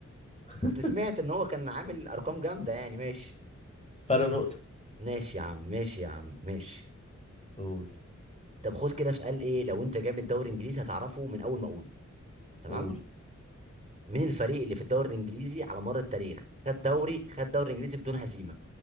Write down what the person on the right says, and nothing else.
كنت سمعت ان هو كان عامل ارقام جامدة يعني ماشي
ماشي يا عم ماشي يا عم ماشي
طب خد كده سؤال ايه لو انت جامد دوري انجليزي هتعرفه من اول ما اقوله تمام
مين الفريق اللي في الدوري الانجليزي على مر التاريخ خد دوري خد دوري انجليزي بدون هزيمة